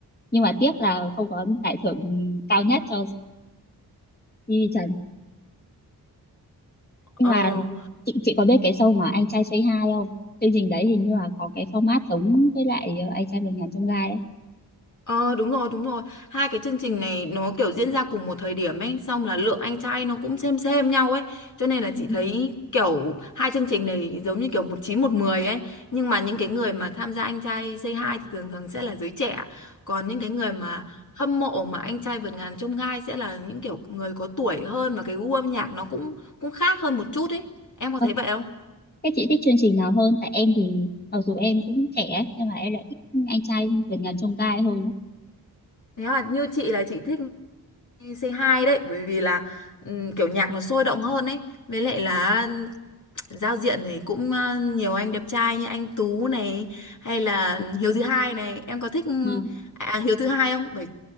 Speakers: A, on the left (about 25°); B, on the left (about 45°).
A: Nhưng mà tiếc là không có giải thưởng cao nhất cho Di Trần. Nhưng
B: Ờ
A: mà chị, chị có biết cái show mà Anh trai Say Hi không? Chương trình đấy hình như là có cái format giống với lại ờ, Anh trai vượt ngàn chông gai ấy.
B: Ờ đúng rồi đúng rồi Hai cái chương trình này nó kiểu diễn ra cùng một thời điểm ấy Xong là lượng anh trai nó cũng xem xem nhau ấy Cho nên là
A: Ừ.
B: chị thấy kiểu Hai chương trình này giống như kiểu một chín một mười ấy Nhưng mà những cái người mà tham gia anh trai Say Hi Thì thường thường sẽ là giới trẻ Còn những cái người mà hâm mộ mà anh trai vượt ngàn chông gai Sẽ là những kiểu người có tuổi hơn mà cái gu âm nhạc nó cũng cũng khác hơn một chút ấy Em có
A: Ờ,
B: thấy vậy không?
A: Thế chị thích chương trình nào hơn? Tại em thì mặc dù em cũng trẻ ấy, nhưng mà em lại thích Anh trai vượt ngàn chông gai hơn á.
B: Thế là như chị là chị thích c hai đấy bởi vì là ừm, kiểu nhạc nó sôi động hơn ấy với lại là giao diện này cũng ờ, nhiều anh đẹp trai như anh Tú này hay là Hiếu thứ hai này em có thích ừm,
A: Ừ.
B: à, à, Hiếu thứ hai không bởi